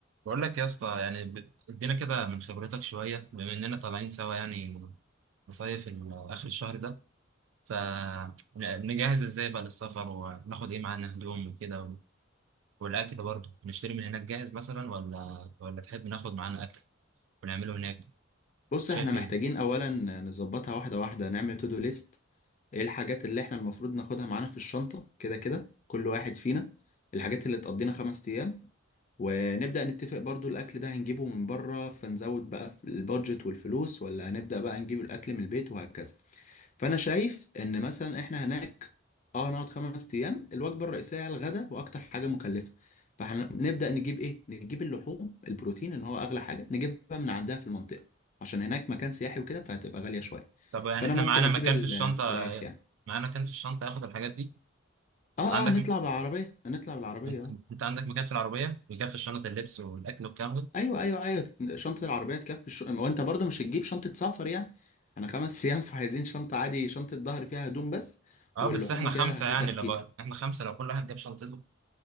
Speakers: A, on the right; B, on the left.
A: بقول لك يا اسطى يعني ب- ادينا كده من خبرتك شويه بما اننا طالعين سوا يعني نصيف ال- اخر الشهر ده فنجهز ازاي بقى للسفر وناخد ايه معانا هدوم وكده و- والاكل برضه نشتري من هناك جاهز مثلا ولا ولا تحب ناخد معانا اكل ونعمله هناك
B: بص
A: شايف
B: احنا محتاجين
A: ايه
B: اولا نظبطها واحده واحده نعمل تو دو ليست ايه الحاجات اللي احنا المفروض ناخدها معانا في الشنطه كده كده كل واحد فينا الحاجات اللي تقضينا خمس ايام ونبدا نتفق برضو الاكل ده هنجيبه من بره فنزود بقى في البادجت والفلوس ولا هنبدا بقى نجيب الاكل من البيت وهكذا فانا شايف ان مثلا احنا هناك اه هنقعد خمس ايام الوجبه الرئيسيه على الغداء واكتر حاجه مكلفه فهنبدا نجيب ايه نجيب اللحوم البروتين ان هو اغلى حاجه نجيبها من عندها في المنطقه عشان هناك مكان سياحي وكده فهتبقى غاليه شويه
A: طب يعني
B: فانا
A: احنا
B: ممكن
A: معانا
B: اجيب
A: مكان
B: الفراخ
A: في الشنطه
B: يعني
A: معانا مكان في الشنطه اخد الحاجات دي
B: اه
A: عندك
B: اه هنطلع
A: م-
B: بالعربيه هنطلع بالعربيه
A: انت
B: اه
A: أنت عندك مكان في العربيه مكان في الشنطه اللبس والاكل والكلام ده
B: ايوه ايوه ايوه شنطه العربيه تكفي الش... وانت برضو مش هتجيب شنطه سفر يعني انا خمس ايام <laughs> فعايزين شنطه عادي شنطه ظهر فيها هدوم بس
A: اه
B: واللحوم
A: بس احنا
B: وكده
A: خمسه
B: هاتها
A: يعني
B: في
A: لو
B: كيس
A: بقى. احنا خمسه لو كل واحد جاب شنطته